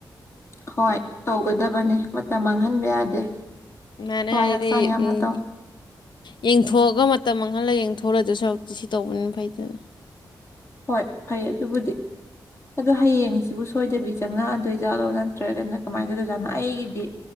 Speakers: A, on the left; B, on the left.
A: ꯍꯣꯏ ꯇꯧꯒꯗꯕꯅꯤ ꯃꯇꯝ ꯃꯥꯡꯍꯟꯕ ꯌꯥꯗꯦ
B: ꯃꯥꯏꯅ
A: ꯊꯋꯥꯏ
B: ꯑꯩꯗꯤ
A: ꯍꯛꯆꯥꯡ ꯌꯥꯝꯅ
B: ꯎꯝ
A: ꯇꯧ
B: ꯌꯦꯡꯊꯣꯛꯑꯒ ꯃꯇꯝ ꯃꯥꯡꯍꯜꯂ ꯌꯦꯡꯊꯣꯛꯑ ꯂꯩꯗꯧ ꯁꯔꯨꯛꯇꯤ ꯁꯤ ꯇꯧꯕꯅꯤꯅ ꯐꯩꯗꯅ
A: ꯍꯣꯏ ꯐꯩ ꯑꯗꯨꯕꯨꯗꯤ ꯑꯗꯣ ꯍꯌꯦꯡꯁꯤꯕꯨ ꯁꯣꯏꯗꯕꯤ ꯆꯪꯉꯛꯑꯗꯣꯏꯖꯥꯠꯂꯣ ꯅꯠꯇ꯭ꯔꯒꯅ ꯀꯃꯥꯏꯅ ꯇꯧꯗꯣꯏ ꯖꯥꯠꯅꯣ ꯑꯩꯒꯤꯗꯤ